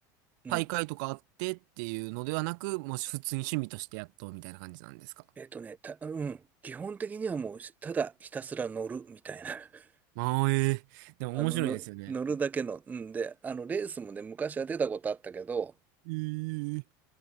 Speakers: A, on the right; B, on the right.
A: 大会とかあってっていうのではなく、
B: ん。
A: もう普通に趣味としてやっとみたいな感じなんですか
B: えっとね、た、うん。基本的にはもう、ただひたすら乗るみたいな。<laughs>
A: ああ、ええでも面白いですよね。
B: あの、の乗るだけの。うんで、あの、レースもね、昔は出たことあったけど、
A: えー